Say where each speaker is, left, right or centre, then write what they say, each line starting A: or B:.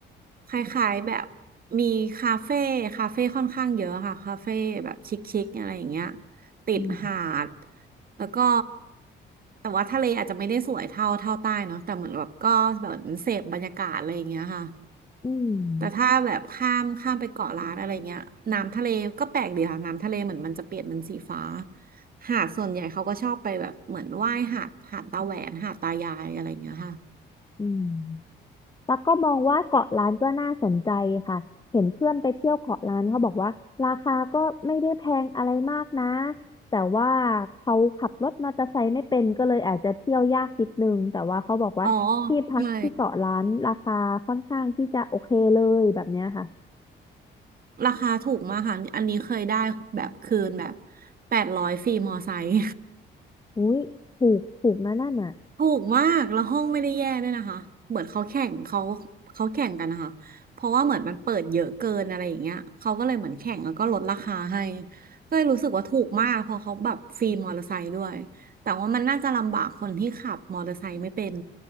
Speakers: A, on the right; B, on the left.
A: คล้ายๆแบบมีคาเฟ่คาเฟ่ค่อนข้างเยอะค่ะคาเฟ่แบบชิคๆอะไรอย่างเงี้ยติดหาด
B: อืม
A: แล้วก็แต่ว่าทะเลอาจจะไม่ได้สวยเท่าเท่าใต้เนาะแต่เหมือนแบบก็แบบเสพบรรยากาศอะไรอย่างเงี้ยค่ะ
B: อืม
A: แต่ถ้าแบบข้ามข้ามไปเกาะล้านอะไรเงี้ยน้ำทะเลก็แปลกดีค่ะน้ำทะเลเหมือนมันจะเปลี่ยนเป็นสีฟ้าหาดส่วนใหญ่เขาก็ชอบไปแบบเหมือนว่ายหาดหาดตาแหวนหาดตายายอะไรเงี้ยค่ะ
B: อืม แล้วก็มองว่าเกาะล้านก็น่าสนใจค่ะ เห็นเพื่อนไปเที่ยวเกาะล้านเขาบอกว่าราคาก็ไม่ได้แพงอะไรมากนะแต่ว่าเขาขับรถมอเตอร์ไซค์ไม่เป็นก็เลยอาจจะเที่ยวยากนิดนึงแต่ว่าเขาบอกว่าที่พักที่เกาะล้านราคาค่อนข้างที่จะโอเคเลยแบบเนี้ยค่ะ
A: อ๋อใช่ราคาถูกมากค่ะอันนี้เคยได้แบบคืนแบบแปดร้อยฟรีมอไซค์
B: อุ้ยถูกถูกนะนั่นน่ะ
A: ถูกมากแล้วห้องไม่ได้แย่ด้วยนะคะ เหมือนเขาแข่งเขาเขาแข่งกันนะคะ เพราะว่าเหมือนมันเปิดเยอะเกินอะไรอย่างเงี้ยเขาก็เลยเหมือนแข่งแล้วก็ลดราคาให้ก็เลยรู้สึกว่าถูกมากเพราะเขาแบบฟรีมอเตอร์ไซค์ด้วยแต่ว่ามันน่าจะลำบากคนที่ขับมอเตอร์ไซค์ไม่เป็น